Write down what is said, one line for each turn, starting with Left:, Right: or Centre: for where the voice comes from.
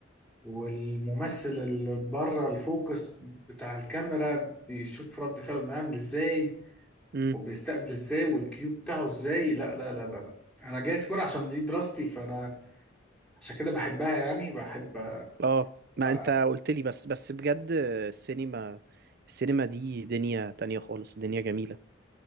Centre: والممثل اللي بره الفوكس بتاع الكاميرا بيشوف رد فعله عامل ازاي
Right: امم
Centre: وبيستقبل ازاي والكيو بتاعه ازاي لا لا لا لا, لا. انا جايز فون عشان دي دراستي فانا عشان كده بحبها يعني بحب
Right: اه ما
Centre: آه
Right: انت قلت لي بس بس بجد السينما السينما دي دنيا تانية خالص دنيا جميلة